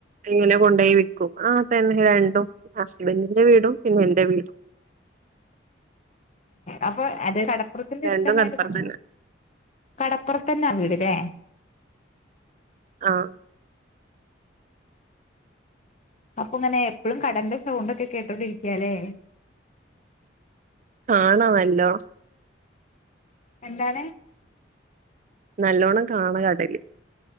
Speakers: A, on the right; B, on the left.
A: ഇങ്ങനെ കൊണ്ട പോയി വിൽക്കും, ആ തന്നെ രണ്ടും ഹസ്ബൻറിിന്റെ വീടും പിന്നെ എന്റെ വീടും.
B: അപ്പൊ അത് കടപ്പുറത്തിന്റെ
A: രണ്ടും
B: അടുത്ത്ന്നായിരുന്നു
A: കടപ്പുറത്ത്
B: നമ്മള്
A: തന്നെ
B: കടപ്പുറത്ത് തന്നെയാ വീടല്ലേ.
A: ആഹ്.
B: അപ്പൊ ഇങ്ങനെ എപ്പോഴും കടന്റെ സൗണ്ട് ഒക്കെ കേട്ടൊണ്ടിരിക്കയാലേ!
A: കാണമല്ലോ.
B: എന്താണ്?
A: നല്ലോണ്ണം കാണാം കടല്.